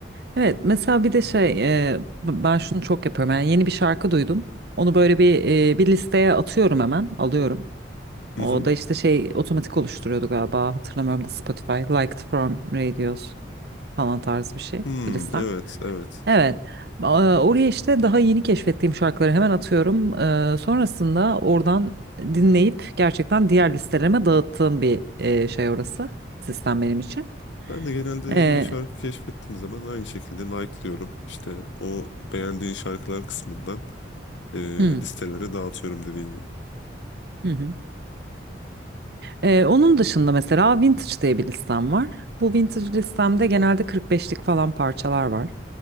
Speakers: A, on the right (about 60°); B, on the left (about 80°).
A: Evet mesela bir de şey e, b- ben şunu çok yapıyorum yani yeni bir şarkı duydum onu böyle bir e, bir listeye atıyorum hemen alıyorum o
B: Hı hı.
A: da işte şey otomatik oluşturuyordu galiba hatırlamıyorum da Spotify Liked from Radios falan tarzı bir şey
B: Hmm,
A: bir liste
B: evet, evet.
A: Evet. Aa, Oraya işte daha yeni keşfettiğim şarkıları hemen atıyorum. Ee, Sonrasında oradan dinleyip gerçekten diğer listelerime dağıttığım bir e, şey orası. Sistem benim için.
B: Ben de genelde yeni
A: Ee,
B: bir şarkı keşfettiğim zaman aynı şekilde like'lıyorum. İşte o beğendiğin şarkılar kısmından e,
A: hı,
B: listelere dağıtıyorum dediğin gibi.
A: hı hı. Ee, onun dışında mesela Vintage diye bir listem var. Bu Vintage listemde genelde 45'lik falan parçalar var.